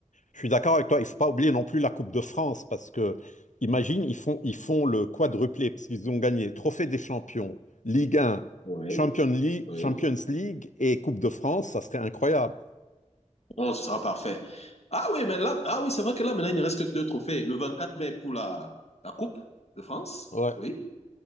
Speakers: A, on the left; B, on the left.
A: Je suis d'accord avec toi. Il ne faut pas oublier non plus la Coupe de France parce que, imagine, ils font, ils font le quadruplé parce qu'ils ont gagné Trophée des Champions, Ligue 1,
B: Oui,
A: Champions League,
B: oui.
A: Champions League et Coupe de France. Ça serait incroyable.
B: Oh, ce sera parfait. Ah oui, mais là, ah oui, c'est vrai que là, maintenant, il ne reste que deux trophées. Le 24 mai pour la, la Coupe de France,
A: Ouais.
B: oui.